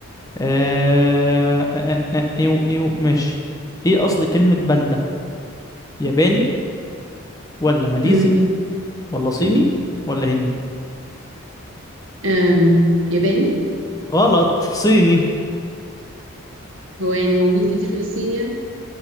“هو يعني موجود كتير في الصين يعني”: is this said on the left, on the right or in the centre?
Right